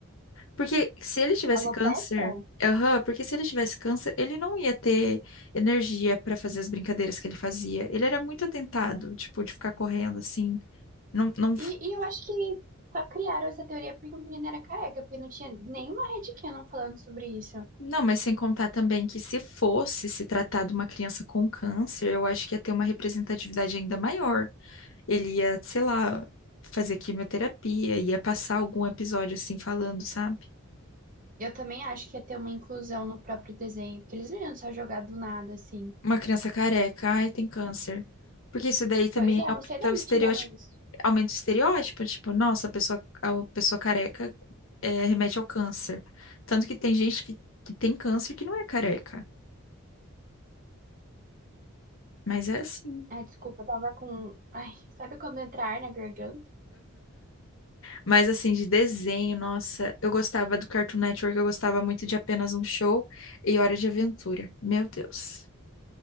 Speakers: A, on the left; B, on the right.
A: Porque se ele tivesse
B: Alopecia?
A: câncer, aham, porque se ele tivesse câncer, ele não ia ter energia pra fazer as brincadeiras que ele fazia. Ele era muito atentado, tipo, de ficar correndo assim. Não, não,
B: E, e eu acho que só criaram essa teoria porque o menino era careca, porque não tinha nenhuma Red Canon falando sobre isso.
A: Não, mas sem contar também que se fosse se tratar de uma criança com câncer, eu acho que ia ter uma representatividade ainda maior. Ele ia, sei lá, fazer quimioterapia, ia passar algum episódio assim falando, sabe?
B: Eu também acho que ia ter uma inclusão no próprio desenho, porque eles não iam só jogar do nada, assim.
A: Uma criança careca, ai, tem câncer. Porque isso daí também
B: Pois é,
A: aumenta
B: não sei de onde
A: o estereótipo,
B: tiraram isso.
A: aumenta o estereótipo, tipo, nossa, a pessoa, a pessoa careca é, remete ao câncer. Tanto que tem gente que, que tem câncer que não é careca, mas é assim.
B: Ai, desculpa, eu tava com. Ai, sabe quando entrar na garganta?
A: Mas assim, de desenho, nossa, eu gostava do Cartoon Network, eu gostava muito de Apenas um Show e Hora de Aventura. Meu Deus.